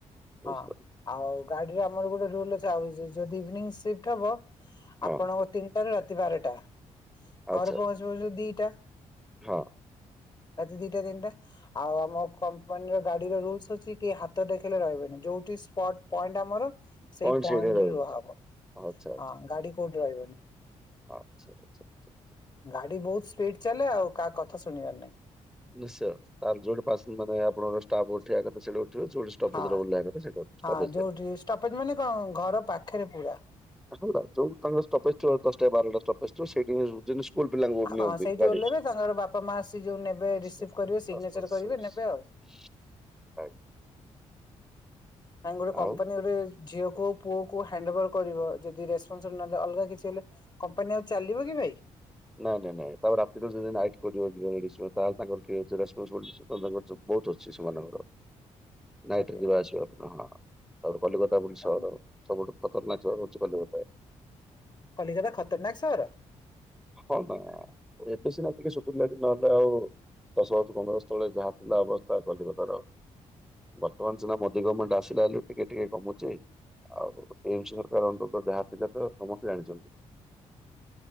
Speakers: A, in the centre; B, on the left.
A: ବୁଝିପାରୁଛନ୍ତି।
B: ହଁ ଆଉ ଗାଡିରେ ଆମର ଗୋଟେ ରୁଲ ଅଛି ଆଉ ଯଦି ଇଭିନିଂ ସିଫ୍ଟ ହବ
A: ହଁ
B: ଆପଣଙ୍କ ତିନିଟାରୁ ରାତି ବାରଟା
A: ଆଚ୍ଛା
B: ଘରେ ପହଞ୍ଚୁ ପହଞ୍ଚୁ ଦିଟା।
A: ହଁ।
B: ଆଜି ଦିଇଟା ତିନିଟା। ଆଉ ଆମ କମ୍ପାନୀର ଗାଡିର ରୁଲସ ଅଛି କି ହାତ ଦେଖେଇଲେ ରହିବେନି ଯୋଉଠି ସ୍ପଟ୍ ପଏଣ୍ଟ ଆମର ସେଇ
A: ପଏଣ୍ଟ
B: ପଏଣ୍ଟରେ
A: ସେଇଠି ରହିବ
B: ରୁଆହବ
A: ଆଚ୍ଛା
B: ହଁ ଗାଡି କୋଉଠି ରହିବନି।
A: ଆଛା ଆଛା ଆଛା।
B: ଗାଡି ବହୁତ ସ୍ପିଡ ଚାଲେ ଆଉ କାହା କଥା ଶୁଣିବାର ନାହିଁ।
A: ନିଶ୍ଚୟ ତାହେଲେ ଜଉଥି ଆପଣଙ୍କର ଷ୍ଟାଫ୍ ଉଠିବା କଥା
B: ହଁ
A: ଉଠିବା।
B: ହଁ
A: <unintelligible>
B: ଯୋଉଠି ଷ୍ଟପେଜ ମାନେ କଣ ଘର ପାଖରେ ପୁରା।
A: ହେଲା ଯୋଉ ତମର ଷ୍ଟପେଜ୍ ଥିବ ଦଶଟା ବାରଟା ଷ୍ଟପେଜ୍ ଥିବ ସେଇଠି ସ୍କୁଲ ପିଲାଙ୍କୁ
B: ହଁ
A: ନିଅନ୍ତି
B: ସେଇଠି
A: ଗାଡି।
B: ଉଲ୍ହେଇବେ ତାଙ୍କର ବାପା ମା ଆସି ଯୋଉ ନେବେ
A: ବାସ୍
B: ରିସିଭ୍
A: ବାସ୍
B: କରିବେ ସିଗ୍ନେଚର
A: ବାସ୍ ବାସ୍
B: କରିବେ
A: ବାସ୍।
B: ନେବେ ଆଉ।
A: ଆଜ୍ଞା।
B: ନାଇଁ ଗୋଟେ କପାନୀରେ
A: ଆଉ
B: ଝିଅକୁ ହୋଇ ପୁଅକୁ ହୋଇ ହ୍ୟାଣ୍ଡଓଭର କରିବ ଯଦି ରେସପସ ନହେଲେ ଅଲଗା କିଛି ହେଲେ। କମ୍ପାନୀ ଆଉ ଚାଲିବ କି ଭାଇ?
A: ନାଇଁ ନାଇଁ ନାଇଁ ତା ରାତିରେ ଯଦି ନାଇଟ୍ <unintelligible> ସବୁ ବୁଥ ଅଛି ସେମାନଙ୍କର। ନାଇଟ
B: ଆଜ୍ଞା।
A: ରେ ଯିବା ଆସିବା ଆପ ହଁ ତାପରେ କଲିକତା ବୋଲି
B: ତାହେଲେ
A: ସହର ସବୁଠୁ ଖତରନାକ ସହର ହଉଛି କଲିକତା।
B: କଲିକତାଟା ଖତରନାକ ସହର?
A: ହଁ ନା ଏବେ ସିନା ଟିକେ ଶୁଧୀରଲାଣି ନହେଲେ ଆଉ। ଦଶ ବର୍ଷ ପନ୍ଦର ବର୍ଷ ତଳେ ଯାହା ଥିଲା ଅବସ୍ଥା କଲିକତାର ବର୍ତ୍ତମାନ ସିନା ମୋଦି ଗଭର୍ଣ୍ମେଣ୍ଟ ଆସିଲା ହେଲେ ଟିକେ ଟିକେ କମୁଛି। ଆଉ ଏମ ସ ସରକାର ଅନ୍ତତ ଯାହା ଥିଲା ତ ସମସ୍ତେ ଜାଣିଛନ୍ତି।